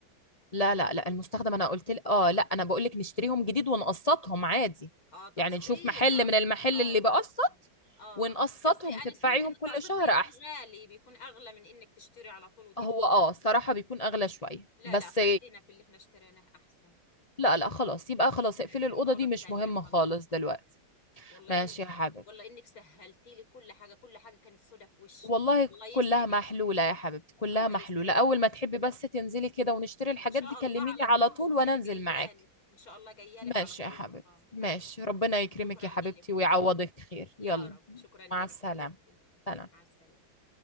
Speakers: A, on the left; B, on the left.
A: لا لا لا المستخدم أنا قلت لك آه لا أنا بقول لك نشتريهم جديد ونقسطهم عادي
B: اه تقسيط
A: يعني نشوف محل
B: قصدك
A: من المحل
B: اه
A: اللي بقسط
B: اه آه.
A: ونقسطهم
B: بس انا
A: تدفعيهم
B: سمعت ان التقسيط
A: كل شهر
B: بيكون
A: أحسن
B: غالي بيكون اغلى من انك تشتري على طول وتدفع
A: هو آه صراحة بيكون أغلى شوية
B: لا
A: بس
B: لا خلينا في اللي احنا اشتريناه احسن
A: لا لا خلاص يبقى خلاص
B: مش لازم
A: اقفلي الأوضة
B: الاوضه
A: دي
B: التانيه
A: مش مهمة
B: خلاص
A: خالص دلوقتي
B: والله
A: ماشي
B: انك
A: يا حبيبي
B: والله انك سهلتي لي كل حاجه كل حاجه كانت سودة في وشي
A: والله
B: الله يسعدك
A: كلها محلولة يا حبيبتي كلها
B: الله
A: محلولة
B: يسعدك
A: أول ما تحبي بس تنزلي كده ونشتري الحاجات
B: ان شاء
A: دي كلميني
B: الله على
A: على
B: طول
A: طول وأنا
B: تاني
A: أنزل
B: جايالك
A: معاكي
B: ان شاء الله جايالك
A: ماشي
B: على
A: يا
B: طول
A: حبيبتي
B: اه
A: ماشي
B: حبيبتي
A: ربنا يكرمك
B: شكرا
A: يا
B: الك
A: حبيبتي ويعوضك خير
B: يا
A: يلا
B: رب شكرا الك
A: مع السلامة
B: حبيبتي
A: سلام
B: مع السلامه